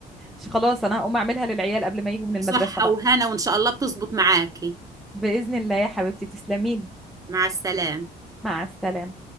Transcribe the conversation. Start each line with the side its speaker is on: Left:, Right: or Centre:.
Centre: مش خلاص انا هقوم اعملها للعيال قبل ما يجوا من المدرسة
Right: صحة
Centre: بقى
Right: وهنا وإن شاء الله بتظبط معاكي
Centre: بإذن الله يا حبيبتي تسلمي لي
Right: مع السلامة
Centre: مع السلامة